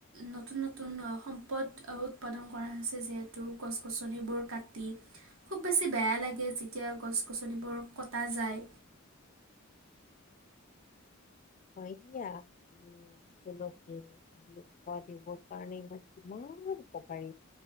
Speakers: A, on the right; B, on the left.
A: নতুন নতুন সম্পদ উৎপাদন কৰা হৈছে যিহেতু গছ গছনিবোৰ কাটি খুব বেছি বেয়া লাগে যেতিয়া গছ গছনিবোৰ কটা যায়
B: হয় দিয়া নিম তুলসী আদি জীৱৰ কাৰণে ইমান কিমান উপকাৰী